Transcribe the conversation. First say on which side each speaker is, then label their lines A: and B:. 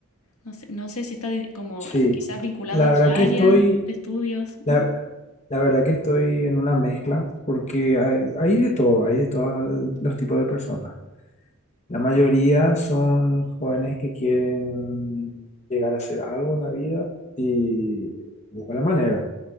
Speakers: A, on the left; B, on the left.
A: No sé, no sé si está di- como
B: Sí,
A: quizás vinculado
B: la
A: a tu
B: verdad
A: área
B: que estoy,
A: de estudios.
B: la,
A: ¿m?
B: la verdad que estoy en una mezcla porque hay, hay de todo, hay de todos los tipos de personas. La mayoría son jóvenes que quieren llegar a hacer algo en la vida y buscan la manera.